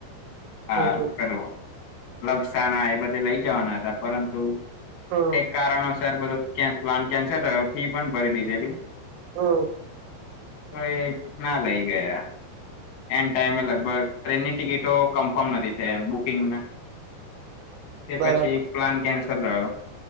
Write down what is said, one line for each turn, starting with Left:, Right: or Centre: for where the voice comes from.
Left: હા
Right: હમ
Left: ચલો લપસાણા એ બધે લઈ જવાના હતા પરંતુ
Right: હમ
Left: તે કારણ સર બધું ક પ્લાન કેન્સલ રહ્યો ફી પણ ભરી દીધેલી
Right: હમ
Left: તો એ ના લઈ ગયા એન ટાઈમે લગભગ ટ્રેનની ટિકિટો કન્ફર્મ નથી થયા એમ બુકિંગને તે પછી
Right: બરાબર
Left: પ્લાન કેન્સલ સર